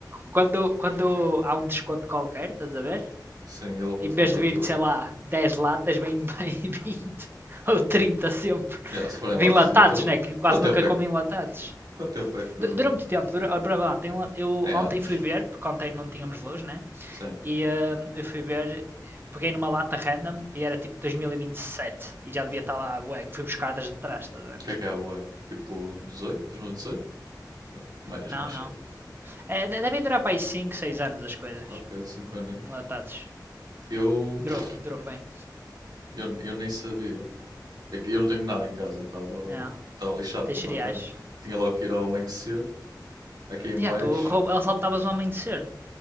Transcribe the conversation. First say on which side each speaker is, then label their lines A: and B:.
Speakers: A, on the right; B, on the right.
A: quando, quando há um desconto qualquer, estás a ver?
B: sim, ele
A: em
B: compra
A: vez de vir,
B: tudo.
A: sei lá, 10 latas, vem <laughs> bem 20 ou 30 sempre.
B: Yeah, se for em
A: De
B: latas
A: enlatados,
B: e na dura.
A: né? Que quase
B: Quanto tempo
A: nunca
B: é,
A: comem
B: que-
A: enlatados.
B: quanto tempo é que.
A: Du-
B: hum,
A: Dura muito tempo, dura, dura lá, tem eu
B: É
A: ontem
B: anos?
A: fui ver, porque ontem não tínhamos luz, né?
B: Sim.
A: E hum, eu fui ver, peguei numa lata random e era tipo dois mil e vinte e e sete E já devia estar lá, ué, que fui buscar das de trás, estás
B: O
A: a
B: que é que é a boa? Tipo 18? 2018? Não, mais,
A: Não,
B: mais
A: não.
B: cedo.
A: É, devem durar para aí 5, 6 anos as coisas,
B: Ok, 5 aninhos.
A: enlatados.
B: Eu,
A: Duram,
B: <laughs>
A: duram bem.
B: eu. Eu nem sabia. É que eu não tenho nada em casa, eu estava
A: Não,
B: estava lixado
A: tens
B: completamente.
A: cereais.
B: Tinha logo que ir ao amanhecer, aqui em
A: Já,
B: baixo.
A: tu roub- assaltavas o amanhecer.